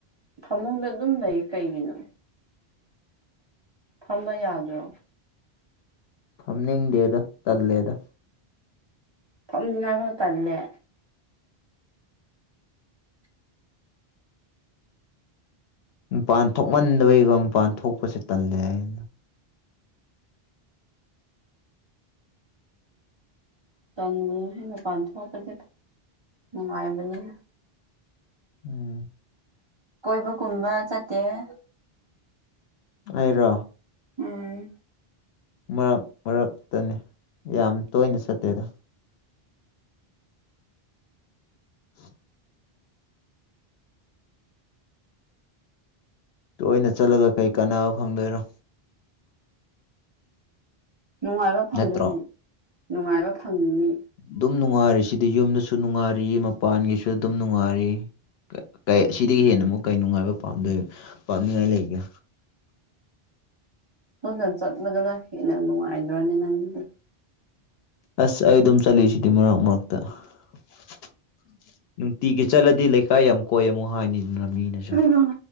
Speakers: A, on the right; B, on the left.
A: ꯐꯃꯨꯡꯗ ꯑꯗꯨꯝ ꯂꯩꯌꯦ ꯀꯩꯒꯤꯅꯣ? ꯐꯝꯕ ꯌꯥꯗ꯭ꯔꯣ?
B: ꯐꯝꯅꯤꯡꯗꯦꯗ ꯇꯜꯂꯦꯗ
A: ꯐꯝꯅꯤꯡꯉꯥꯏꯐꯧ ꯇꯜꯂꯦ?
B: ꯃꯄꯥꯟ ꯊꯣꯛꯃꯟꯗꯕꯩꯒꯤꯀꯣ ꯃꯄꯥꯟ ꯊꯣꯛꯄꯁꯦ ꯇꯜꯂꯦ ꯑꯩꯅ
A: ꯇꯟꯒꯅꯨꯍꯦ ꯃꯄꯥꯟ ꯊꯣꯛꯄꯗꯤ ꯅꯨꯡꯉꯥꯏꯕꯅꯦ ꯍꯦ
B: ꯎꯝ
A: ꯀꯣꯏꯕꯒꯨꯝꯕ ꯆꯠꯇꯦꯌꯦ
B: ꯑꯩꯔꯣ
A: ꯎꯝ
B: ꯃꯔꯛ ꯃꯔꯛꯇꯅꯦ ꯌꯥꯝ ꯇꯣꯏꯅ ꯆꯠꯇꯦꯗ <unintelligible> ꯇꯣꯏꯅ ꯆꯠꯂꯒ ꯀꯩ ꯀꯥꯟꯅꯕ ꯐꯪꯗꯣꯏꯔꯣ
A: ꯅꯨꯡꯉꯥꯏꯕ ꯐꯪꯗꯣꯏꯅꯤ
B: ꯅꯠꯇ꯭ꯔꯣ
A: ꯅꯨꯡꯉꯥꯏꯕ ꯐꯪꯒꯅꯤ
B: ꯗꯨꯝ ꯅꯨꯡꯉꯥꯏꯔꯤ ꯁꯤꯗꯤ ꯌꯨꯝꯗꯁꯨ ꯅꯨꯡꯉꯥꯏꯔꯤ, ꯃꯄꯥꯟꯒꯤꯁꯨ ꯑꯗꯨꯝ ꯅꯨꯡꯉꯥꯏꯔꯤ ꯀꯩ ꯀꯩ ꯁꯤꯗꯒꯤ ꯍꯦꯟꯅ ꯃꯨꯛ ꯀꯩ ꯅꯨꯡꯉꯥꯏꯕ ꯄꯥꯝꯗꯣꯏ ꯄꯥꯝꯅꯤꯉꯥꯏ ꯂꯩꯒꯦ
A: ꯄꯪꯒꯟ ꯆꯠꯄꯗꯨꯅ ꯍꯦꯟꯅ ꯅꯨꯡꯉꯥꯏꯗ꯭ꯔꯣꯅꯦ ꯅꯪ <unintelligible>
B: ꯑꯁ ꯑꯩ ꯑꯗꯨꯝ ꯆꯠꯂꯤꯁꯤꯗꯤ ꯃꯔꯛ ꯃꯔꯛꯇ <unintelligible> ꯅꯨꯡꯇꯤꯒꯤ ꯆꯠꯂꯗꯤ ꯂꯩꯀꯥꯏ ꯌꯥꯝ ꯀꯣꯏꯌꯦ ꯑꯃꯨꯛ ꯍꯥꯏꯅꯤꯗꯅ ꯃꯤꯅꯁꯨ
A: ꯅꯪ